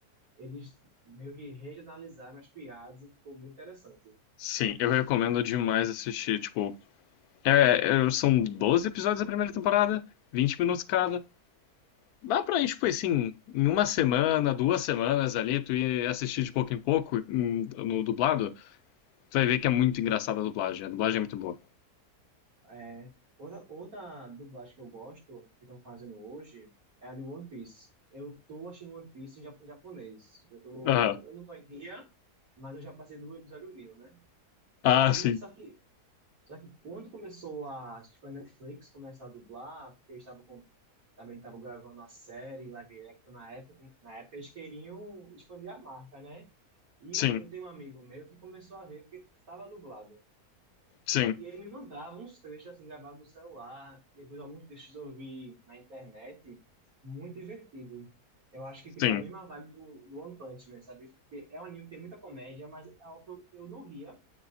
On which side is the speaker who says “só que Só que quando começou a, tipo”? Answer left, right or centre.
Right